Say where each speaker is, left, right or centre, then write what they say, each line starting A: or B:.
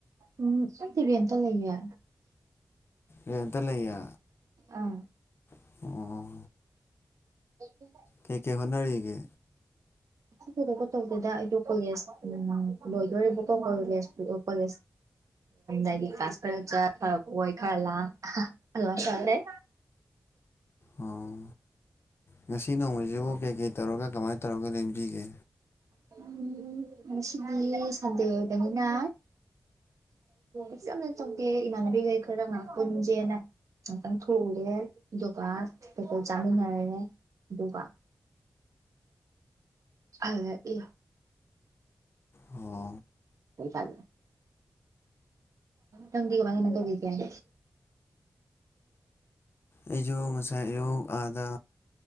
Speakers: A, on the right; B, on the left.
A: ꯎꯝ ꯑꯩꯗꯤ ꯔꯦꯜꯗ ꯂꯩꯌꯦ
B: ꯔꯦꯜꯗ ꯂꯩꯌꯦ
A: ꯑꯥ
B: ꯑꯣ
A: <inaudible>
B: ꯀꯩ ꯀꯩ ꯍꯣꯠꯅꯔꯤꯒꯦ
A: ꯀꯧꯁꯨ ꯊꫭꯏꯗꫭꯛꯄ ꯇꯧꯗꯦꯗ ꯑꯩꯗꯣ ꯀꯣꯂꯦꯖ ꯎ ꯂꯣꯏꯗꯣꯔꯦꯕꯀꯣ ꯀꯣꯂꯦꯖ ꯀꯣꯂꯦꯖ ꯑꯗꯨꯒꯤ ꯀꯥꯁ ꯈꯔ ꯆꯠ ꯈꯔ ꯀꫭꯏ ꯈꯔ ꯂꯥꯜ ꯊꯧꯔꯥꯥ ꯂꯩ
B: ꯑꯣ ꯉꯁꯤ ꯅꯣꯡꯃꯁꯤꯕꯨ ꯀꯩꯀꯩ ꯇꯧꯔꯒ ꯀꯃꯥꯏ ꯇꯧꯔꯒ ꯂꯦꯡꯕꯤꯒꯦ
A: ꯎꯨꯝ ꯉꯁꯤꯒꯗꯤ ꯁꯟꯗꯦ ꯑꫭꯏꯕꯅꯤꯅ ꯑꯁ ꯌꯥꯝꯅ ꯇꯧꯗꯦ ꯏꯃꯥꯟꯅꯕꯤꯈꯩ ꯈꯔ ꯄꯨꯟꯁꯦꯅ ꯉꯥꯛꯇꯪ ꯊꯣꯛꯎꯒꯦ ꯑꯗꯨꯒ ꯀꯩꯀꯩ ꯆꯥꯃꯤꯟꯅꯔꯦ ꯑꯗꯨꯒ ꯍꯂꯛꯏ
B: ꯍꯣ
A: ꯍ ꯐꯦ ꯣꯡꯇꯃꯅ ꯇ ꯀꯦ
B: ꯑꯩꯖꯨ ꯉꯁꯥꯏ ꯑꯌꯨꯛ ꯑꯥꯗ